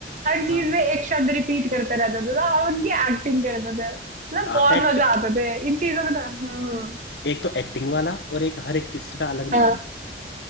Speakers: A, on the right; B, on the left.
A: हर
B: हाँ
A: चीज में एक शब्द रिपीट करते रहते थे तो हम उनकी एक्टिंग करते थे मतलब
B: एक्ट
A: बहुत मजा आता थे इन चीजों में तो हम्म
B: एक तो एक्टिंग वाला और एक हर एक टीचर का अलग
A: हाँ
B: नाम